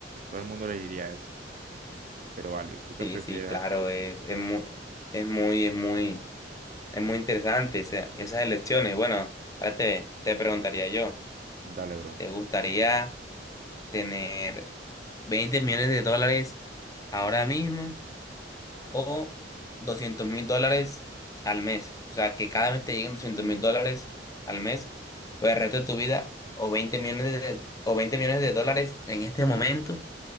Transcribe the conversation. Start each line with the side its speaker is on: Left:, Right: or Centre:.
Right: Todo el mundo le diría eso. Pero vale, ¿tú qué
Left: Sí,
Right: prefieres
Left: sí, claro,
Right: acá, bro?
Left: es, es muy, es muy, es muy. Es muy interesante esa- esas elecciones. Bueno, ahora te, te preguntaría yo,
Right: Dale, bro.
Left: ¿te gustaría tener 20 millones de dólares ahora mismo o doscientos mil dólares al mes? O sea, que cada vez te lleguen doscientos mil dólares al mes por el resto de tu vida o veinte millones de, o 20 millones de dólares en este momento,